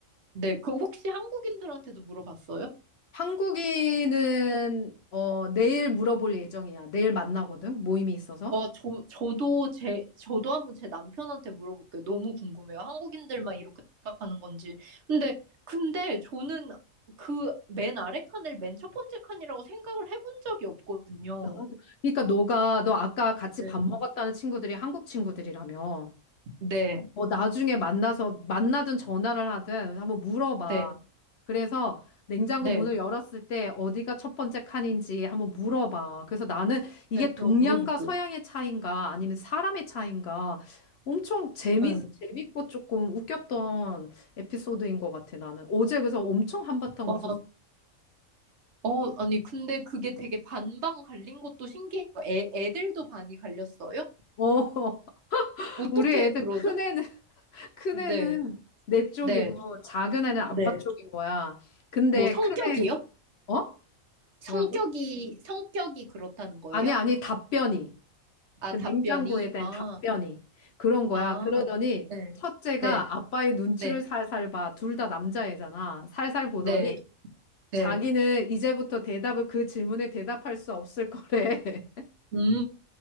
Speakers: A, on the right; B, on the left.
A: 네, 그 혹시 한국인들한테도 물어봤어요?
B: 한국인은 어, 내일 물어볼 예정이야. 내일 만나거든. 모임이 있어서.
A: 와, 저, 저도 제, 저도 한번 제 남편한테 물어볼게요. 너무 궁금해요. 한국인들만 이렇게 생각하는 건지. 근데, 근데 저는 그 맨 아래 칸을 맨 첫 번째 칸이라고 생각을 해본 적이 없거든요.
B: 아, 그러니까 너가 너 아까 같이
A: 네.
B: 밥 먹었다는 친구들이 한국 친구들이라며.
A: 네,
B: 뭐 나중에 만나서 만나든 전화를 하든 한번 물어봐.
A: 네,
B: 그래서 냉장고
A: 네.
B: 문을 열었을 때 어디가 첫 번째 칸인지 한번 물어봐. 그래서 나는 이게
A: 네,
B: 동양과
A: 제가 물어볼게요.
B: 서양의 차이인가 아니면 사람의 차이인가 엄청 재미
A: 네.
B: 재밌고 조금 웃겼던 에피소드인 것 같아 나는. 어제 그래서 엄청 한바탕
A: 어,
B: 웃었어.
A: 어, 아니, 근데 그게 되게 반반 갈린 것도 신기해요. 애, 애들도 반이 갈렸어요?
B: 어, <laughs>
A: 어떻게
B: 우리 애들
A: 그러죠?
B: 큰 애는 큰애는
A: 네,
B: 내 쪽이고
A: 네,
B: 작은 애는 아빠
A: 네.
B: 쪽인 거야. 근데
A: 뭐 성격이요?
B: 큰애 어?
A: 성격이,
B: 뭐라고?
A: 성격이 그렇다는 거예요?
B: 아니 아니 답변이
A: 아,
B: 그
A: 답변이,
B: 냉장고에 대한
A: 아,
B: 답변이 그런 거야.
A: 아,
B: 그러더니
A: 네,
B: 첫째가
A: 네,
B: 아빠의 눈치를
A: 네,
B: 살살 봐. 둘 다 남자애잖아. 살살 보더니
A: 네, 네.
B: 자기는 이제부터 대답을 그 질문에 대답할 수 없을 거래.
A: 음,